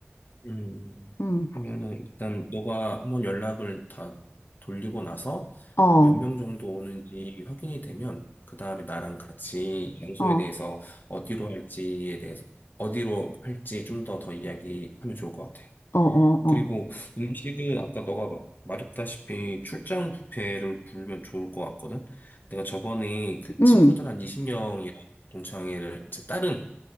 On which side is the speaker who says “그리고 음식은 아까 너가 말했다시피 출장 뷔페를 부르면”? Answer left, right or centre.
Left